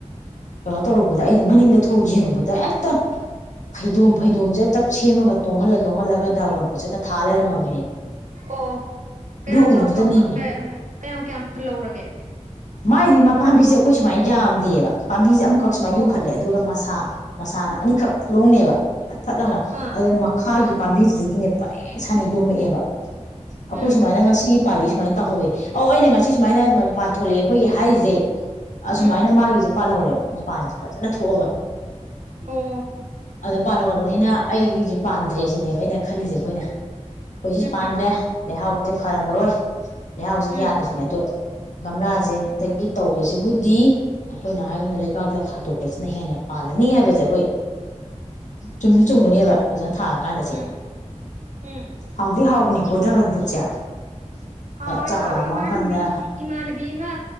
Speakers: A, on the left; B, on the right.
A: ꯀꯩꯅꯣ ꯇꯧꯔꯨꯕꯗ ꯑꯩꯅ ꯃꯅꯤꯡ ꯗ ꯊꯣꯛꯑ ꯌꯦꯡꯎꯕꯗ ꯍꯦꯛꯇ ꯐꯩꯗꯣꯝ ꯐꯩꯗꯣꯝꯁꯦ ꯍꯦꯛꯇ ꯁꯦꯝꯃꯒ ꯇꯣꯡꯍꯜꯂ ꯇꯣꯡꯍꯜꯂꯒ ꯗ꯭ꯔꯥꯒꯣꯟ ꯐꯔꯨꯠꯁꯦ ꯍꯦꯛꯇ ꯊꯥ ꯂꯩꯔꯝꯃꯕ
B: ꯑꯣ ꯀꯌꯥꯝ
A: ꯎꯕꯗꯨꯗꯅꯦꯃꯤ
B: ꯆꯥꯎ ꯆꯥꯎꯅ ꯀꯌꯥꯝ ꯀꯌꯥꯝ ꯐꯜꯍꯧꯔꯒꯦ
A: ꯃꯥꯏꯗꯤ ꯃꯥ ꯄꯥꯝꯕꯤꯁꯦ ꯑꯩꯈꯣꯏ ꯁꯨꯃꯥꯏꯅ ꯌꯥꯝꯗꯦꯕ ꯄꯥꯝꯕꯤꯁꯦ ꯑꯃꯈꯛ ꯁꯨꯃꯥꯏ
B: ꯑꯣ
A: ꯌꯨꯝꯈꯠꯂꯦ ꯑꯗꯨꯒ ꯃꯁꯥ ꯃꯁꯥꯅ ꯑꯅꯤꯈꯛ ꯂꯣꯡꯅꯤꯕ ꯐꯠ ꯂꯥꯎꯅ
B: ꯑꯥ
A: ꯑꯗꯒꯤ ꯃꯈꯥꯒꯤ
B: ꯎꯝ
A: ꯄꯥꯝꯕꯤꯖꯤꯗꯒꯤꯅꯦ ꯄꯔꯦꯡ ꯁꯥꯅ ꯌꯣꯝꯃꯛ ꯑꯦꯕ ꯑꯩꯈꯣꯏ
B: ꯎꯝ
A: ꯁꯨꯃꯥꯏꯅ ꯉꯁꯤ ꯄꯥꯜꯂꯤ ꯁꯨꯃꯥꯏꯅ ꯇꯧꯍꯧꯋꯦ ꯑꯩꯅ ꯉꯁꯤ ꯁꯨꯃꯥꯏꯅ ꯃꯥꯟꯊꯣ ꯂꯛꯑꯦ ꯑꯩꯈꯣꯏꯒꯤ ꯍꯥꯏꯔꯤꯁꯦ ꯑꯁꯨꯃꯥꯏꯅ
B: ꯎꯝ
A: ꯃꯥꯒꯤꯁꯦ ꯄꯥꯜꯍꯧꯔꯦꯕ ꯃꯄꯥꯟꯁꯦ ꯐꯖꯟꯅ ꯊꯣꯛ ꯑꯒ
B: ꯎꯝ
A: ꯑꯗ ꯄꯥꯜ ꯍꯧꯔꯕꯅꯤꯅ ꯑꯩ ꯒꯤꯁꯦ ꯄꯥꯟꯗ꯭ꯔꯦ ꯁꯤꯅꯦꯕ ꯑꯩꯅ ꯈꯜꯂꯤꯁꯦ ꯑꯩꯈꯣꯏꯅ ꯑꯩꯈꯣꯏꯁꯨ
B: ꯎꯝ
A: ꯄꯥꯟꯗ꯭ꯔꯦ ꯂꯩꯍꯥꯎ ꯐꯔꯝ ꯃꯔꯣꯏ ꯂꯩꯍꯥꯎꯖꯤ
B: ꯎꯝ
A: ꯌꯥꯗ꯭ꯔꯤꯁꯤꯅꯦ ꯑꯗꯣ ꯚꯝꯂꯥ ꯖꯦ ꯑꯗꯒꯤ ꯇꯧꯕꯁꯤꯕꯨꯗꯤ ꯑꯩꯈꯣꯏꯅ ꯍꯥꯏꯒꯨꯝꯅ ꯂꯩꯕꯥꯛꯇ ꯊꯥꯗꯣꯛ ꯁꯤꯅ ꯍꯦꯟꯅ ꯄꯥꯜꯂꯅꯤ ꯍꯥꯏꯕꯁꯦ ꯑꯩꯈꯣꯏ ꯆꯨꯝꯁꯨ ꯆꯨꯝꯒꯅꯦꯕ ꯐꯖꯅ ꯊꯥꯔ ꯀꯥꯟꯗꯁꯦ
B: ꯎꯝ ꯎꯝ
A: ꯍꯥꯎꯗꯤ ꯍꯥꯎꯕꯅꯤ ꯀꯣ ꯗ꯭ꯔꯥꯏꯒꯟ ꯐ꯭ꯔꯨꯠꯁꯦ
B: ꯍꯥꯎꯢ
A: ꯆꯥꯛꯀ
B: ꯍꯥꯎꯏ
A: ꯂꯥꯝꯃꯛꯑꯀꯥꯟꯗ
B: ꯏꯃꯥꯟꯅꯕꯤ ꯏꯃꯥꯟꯅꯕꯤ ꯑꯃ